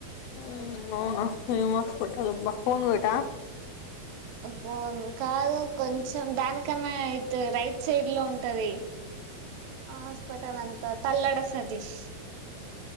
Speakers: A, on the left; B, on the right.
A: ఉమ్మ్ అవునా ఏమ్ హస్పిటల్బా ఫోన్గేటా
B: ఆహ్ పో అను. కాదు కొం కొంచం దానికన్నా ఇటు రైట్ సైడ్ లో ఉంటది. హాస్పిటల్ అంతా తల్లడ సతీష్